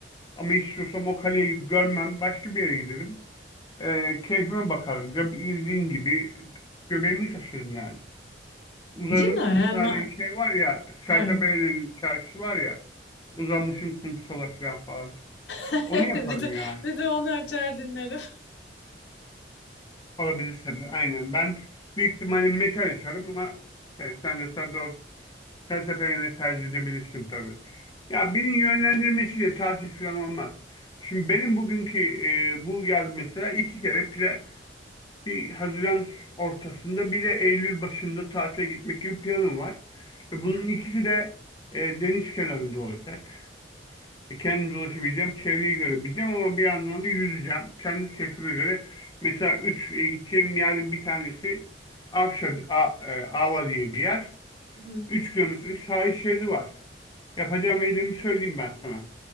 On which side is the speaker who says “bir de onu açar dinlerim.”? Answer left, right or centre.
Left